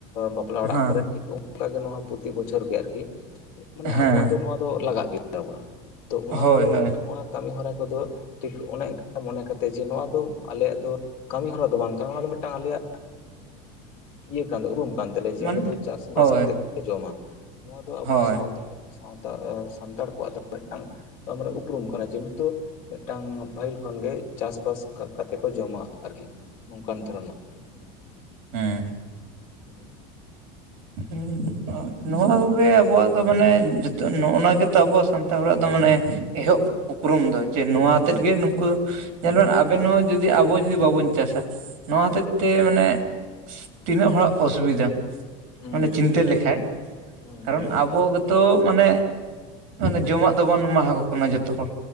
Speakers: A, on the left; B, on the right.
A: ᱵᱟᱯᱞᱟ ᱚᱲᱟᱜ
B: ᱦᱮᱸ
A: ᱠᱚᱨᱮ ᱴᱷᱤᱠ ᱚᱱᱠᱟᱜᱮ ᱱᱚᱣᱟ ᱯᱨᱚᱛᱤ ᱵᱚᱪᱷᱚᱨ ᱜᱮ ᱟᱨᱠᱤ ᱢᱟᱱᱮ
B: ᱦᱮᱸ
A: ᱟᱵᱚᱣᱟᱜ ᱫᱚ ᱱᱚᱣᱟ ᱫᱚ ᱞᱟᱜᱟᱜ ᱜᱮᱛᱟᱵᱚᱱᱟ᱾ ᱛᱚ
B: ᱦᱳᱭ
A: ᱚᱱᱟᱛᱮ
B: ᱦᱳᱭ
A: ᱱᱚᱜᱟᱱ ᱠᱚ ᱠᱟᱹᱢᱤ ᱦᱚᱨᱟ ᱠᱚᱫᱚ ᱴᱷᱤᱠ ᱚᱱᱮ ᱠᱟ ᱢᱚᱱᱮ ᱠᱟᱛᱮ ᱡᱮ ᱱᱚᱣᱟ ᱫᱚ ᱟᱞᱮᱭᱟᱜ ᱫᱚ ᱠᱟᱹᱢᱤ ᱦᱚᱨᱟ ᱫᱚ ᱵᱟᱝ ᱚᱱᱟ ᱫᱚ ᱢᱤᱫᱴᱟᱝ ᱟᱞᱮᱭᱟᱜ ᱤᱭᱟᱹ ᱠᱟᱱ ᱫᱚ ᱩᱨᱩᱢ ᱠᱟᱱ ᱛᱟᱞᱮᱭᱟ
B: ᱢᱟᱱᱮ
A: ᱡᱮ ᱟᱞᱮ ᱫᱚ ᱪᱟᱥᱵᱟᱥ
B: ᱦᱳᱭ
A: ᱠᱟᱛᱮ- ᱡᱚᱢᱟ ᱱᱚᱣᱟ ᱫᱚ ᱟᱵᱚ
B: ᱦᱳᱭ
A: ᱥᱟᱶ ᱥᱟᱶᱛᱟ ᱥᱟᱱᱛᱟᱲ ᱠᱚᱣᱟᱜ ᱫᱚ ᱢᱤᱫᱴᱟᱝ ᱢᱟᱱᱮ ᱩᱯᱨᱩᱢ ᱠᱟᱱᱟ ᱡᱮ ᱱᱤᱛᱚᱜ- ᱢᱤᱫᱴᱟᱝ ᱯᱟᱹᱦᱤᱞ ᱠᱷᱚᱱᱜᱮ ᱪᱟᱥᱵᱟᱥ ᱠᱟᱛᱮᱮᱫ ᱠᱚ ᱡᱚᱢᱟ ᱟᱨᱠᱤ ᱱᱚᱝᱠᱟᱱ ᱫᱷᱚᱨᱚᱱᱟᱜ᱾ ᱠᱟᱹᱦ <unintelligible>
B: ᱦᱮᱸ,
A: ᱦᱮᱸ <unintelligible> <inaudible>
B: <inaudible> ᱧᱩᱸᱟᱸᱱᱚᱣᱟ ᱠᱚᱜᱮ ᱟᱵᱚᱣᱟᱜ ᱫᱚ, ᱢᱟᱱᱮ ᱡᱚᱛᱚ ᱱᱚᱜᱼᱚᱱᱟ, ᱜᱮᱛᱟᱵᱩ ᱥᱟᱱᱛᱟᱲ ᱦᱚᱲᱟᱜ ᱫᱚ, ᱢᱟᱱᱮ ᱮᱦᱚᱵ ᱩᱯᱩᱨᱩᱢ ᱫᱚᱭ᱾ ᱪᱮᱫ ᱱᱚᱣᱟ ᱟᱛᱮᱫ ᱜᱮ, ᱱᱩᱠᱩ ᱧᱮᱞᱵᱱ ᱟᱵᱮᱱ ᱱᱚᱣᱟ ᱡᱩᱫᱤ, ᱟᱵᱚ ᱡᱩᱫᱤ ᱵᱟᱵᱚᱱ ᱪᱟᱥᱟ᱾ ᱱᱚᱣᱟ ᱦᱚᱛᱮᱫ ᱛᱮ ᱢᱟᱱᱮ, ᱛᱤᱱᱟᱹᱜ ᱦᱚᱲᱟᱜ ᱚᱥᱩᱵᱤᱫᱷᱟ᱾
A: ᱦᱩᱸ
B: ᱢᱟᱱᱮ
A: ᱦᱩᱸ
B: ᱪᱤᱱᱛᱟᱹ ᱞᱮᱠᱷᱟᱡ᱾
A: ᱦᱩᱸ
B: ᱠᱟᱨᱚᱱ
A: ᱦᱩᱸ
B: ᱟᱵᱚ
A: ᱦᱩᱸ
B: ᱜᱮᱛᱚ, ᱢᱟᱱᱮ ᱢᱟᱱᱮ ᱡᱚᱢᱟᱜ ᱫᱚᱵᱚᱱ ᱮᱢᱟ ᱟᱠᱠᱚ ᱠᱟᱱᱟ, ᱡᱚᱛᱚ ᱦᱚᱲ᱾